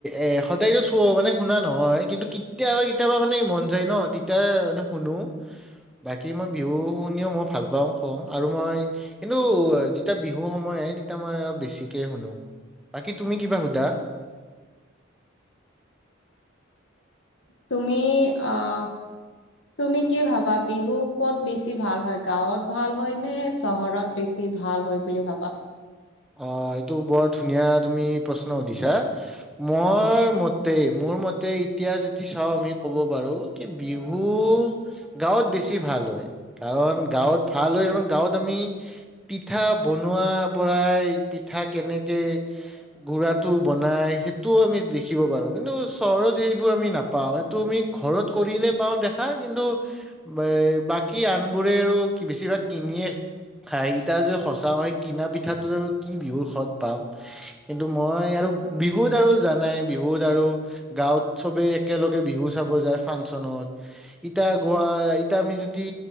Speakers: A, in the centre; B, on the left.
A: এ সদায়তো চ মানে শুনা নহয় কিন্তু কেতিয়াবা কেতিয়াবা মানে মন যায় ন, তেতিয়া মানে শুনো। বাকী মই বিহু শুনিও মই ভাল পাওঁ কওঁ আৰু মই কিন্তু যেতিয়া বিহু সময় তেতিয়া মই অলপ বেছিকে শুনো। বাকী তুমি কিবা সোধা?
B: তুমি আহ তুমি কি ভাবা বিহু কত বেছি ভাল হয় গাঁৱত ভাল হয় নে চহৰত বেছি ভাল হয় বুলি ভাবা
A: অ এইটো বৰ ধুনীয়া তুমি প্ৰশ্ন সুধিছা মই মতে মোৰ মতে এতিয়া যদি চাওঁ আমি কব পাৰো কি বিহু গাঁৱত বেছি ভাল হয় কাৰণ গাঁৱত ভাল হয় কাৰ গাঁৱত আমি পিঠা বনোৱাৰ পৰাই পিঠা কেনেকে গুৰাটো বনাই সেইটোও আমি দেখিব পাৰো কিন্তু চহৰত সেইবোৰ আমি নাপাওঁ সেইটো আমি ঘৰত কৰিলে পাওঁ দেখা কিন্তু এ বাকী আনবোৰে আৰু বেছিভাগ কিনিয়ে খায় ইতা যে সঁচাও সেই কিনা পিঠাটো আৰু কি বিহুৰ সৎ পাম কিন্তু মই আৰু বিহুত আৰু জানাই বিহুত আৰু গাঁৱত সবে একেলগে বিহু চাব যায় ফাংচনত ইতা গোৱা ইতা আমি যদি